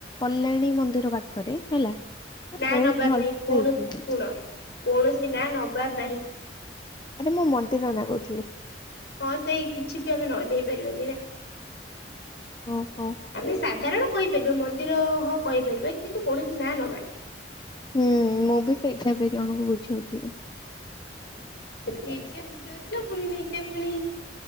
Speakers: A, on the left (about 25°); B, on the left (about 70°).
A: କଲ୍ୟାଣୀ ମନ୍ଦିର ପାଖରେ ହେଲା। ମାନେ
B: ନାଁ
A: ବହୁତ
B: ନବାର
A: ଭଲସେ
B: ନାହିଁ କୌଣସି
A: ହେଇଥିଲା।
B: ଶୁଣ କୌଣସି ନାଁ ନବାର ନାହିଁ।
A: ଆବେ ମୁଁ ମନ୍ଦିର ନନାଙ୍କୁ କହୁଥିଲି।
B: ହଁ ସେଇ କିଛି ବି ଆମେ ନାଁ ନେଇ ପାରିବାକି ନାହିଁ।
A: ଓହୋ
B: ଆମେ ସାଧାରଣ କହିପାରିବେ ମନ୍ଦିର ହଁ କହିପାରିବେ କିନ୍ତୁ କୌଣସି ନାଁ ନବାନି।
A: ହୁଁ ମୁଁ ବି ସେଇଟା ଏବେ ଜଣଙ୍କୁ ବୁଝୋଉଥିଲି।
B: ନିଜେ ବୁଝଉଥିଲା ପୁଣି ନିଜେ ସିଏ ପୁଣି